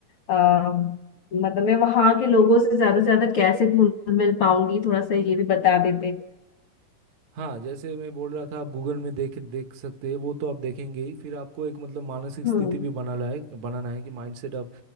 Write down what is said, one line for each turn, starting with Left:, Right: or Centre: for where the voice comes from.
Left: आ, मतलब मैं वहां के लोगों से ज्यादा से ज्यादा कैसे घुल मिल पाऊंगी थोड़ा सा ये भी बता देते
Right: हाँ जैसे मैं बोल रहा था आप गूगल में देख देख सकते हैं वो तो आप देखेंगे ही फिर आपको एक मतलब मानसिक
Left: हम्म
Right: स्थिति भी बना लाए बनाना है कि माइंडसेट आप